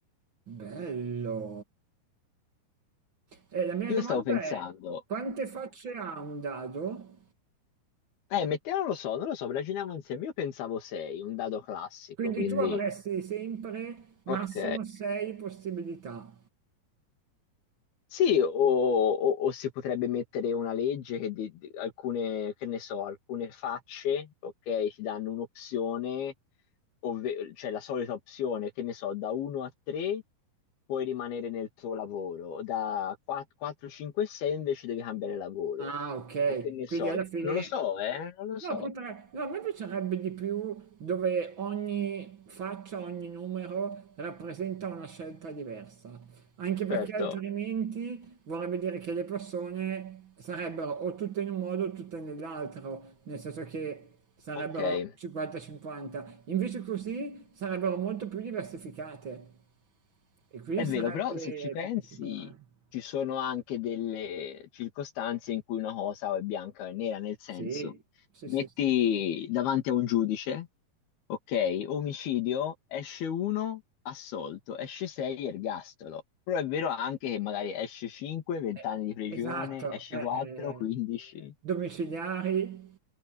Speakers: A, on the right; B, on the left.
A: Bello. E la mia
B: Io
A: domanda
B: stavo pensando
A: è, quante facce ha un dado?
B: Eh, mettiamo, lo so, non lo so, ragioniamo insieme. Io pensavo 6, un dado classico,
A: Quindi
B: quindi
A: tu avresti sempre massimo
B: ok.
A: 6 possibilità.
B: Sì, o, o- o si potrebbe mettere una legge che di- di- alcune, che ne so, alcune facce, ok, ti danno un'opzione, ovve- cioè la solita opzione, che ne so, da 1 a 3 puoi rimanere nel tuo lavoro, da 4, 5 e 6 invece devi cambiare lavoro.
A: Ah, ok.
B: O che ne
A: Quindi
B: so,
A: alla fine...
B: non lo so, eh, non lo
A: No,
B: so.
A: potrei... No, a me piacerebbe di più dove ogni faccia, ogni numero rappresenta una scelta diversa. Anche perché
B: Certo,
A: altrimenti vorrebbe dire che le persone sarebbero o tutte in un modo o tutte nell'altro, nel senso che sarebbero
B: ok.
A: 50-50. Invece così sarebbero molto più diversificate e quindi
B: È vero,
A: sarebbe
B: però se ci pensi,
A: più particolare.
B: ci sono anche delle circostanze in cui una cosa o è bianca o è nera, nel senso,
A: Sì, sì,
B: metti
A: sì, sì.
B: davanti a un giudice, ok, omicidio, esce uno, assolto, esce sei, ergastolo. Però è vero anche che magari esce 5, 20
A: Eh,
B: anni di prigione,
A: esatto,
B: esce
A: eh,
B: 4,
A: eh,
B: 15.
A: domiciliari,